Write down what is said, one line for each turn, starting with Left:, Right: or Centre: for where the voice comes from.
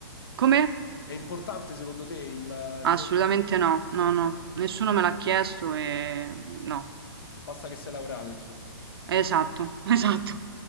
Right: come?
Left: È importante secondo te il, il
Right: Assolutamente
Left: voto?
Right: no,
Left: Ok,
Right: no, no.
Left: ok.
Right: Nessuno me l'ha chiesto e... No,
Left: Basta che sei laureato, insomma.
Right: esatto, <laughs> esatto.